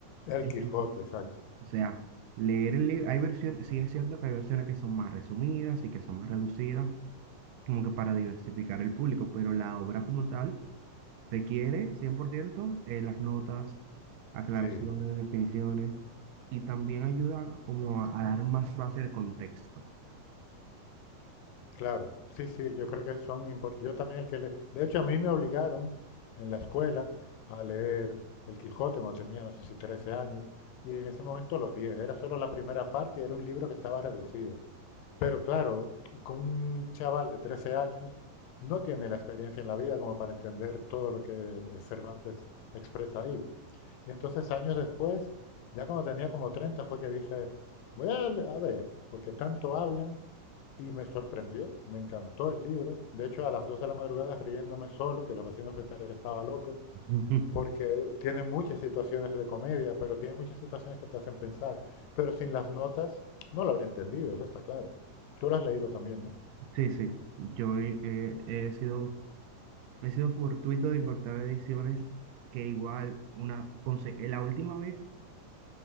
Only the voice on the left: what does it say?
El
Quijote,
exacto.
Sí,
Claro, sí, sí, yo creo que son importantes. Yo también el que le... De hecho, a mí me obligaron en la escuela a leer El Quijote cuando tenía, no sé si 13 años, y en ese momento lo odié. Era solo la primera parte y era un libro que estaba reducido. Pero claro, con un chaval de 13 años no tiene la experiencia en la vida como para entender todo lo que eh, Cervantes expresa ahí. Y entonces años después, ya cuando tenía como 30 fue que dije, voy a, a ver, porque tanto hablan. Y me sorprendió, me encantó el libro. De hecho, a las 2 de la madrugada riéndome solo, que los vecinos pensarían que estaba loco,
porque tiene muchas situaciones de comedia, pero tiene muchas situaciones que te hacen pensar. Pero sin las notas no lo habría entendido, eso está claro. Tú lo has leído también, ¿no?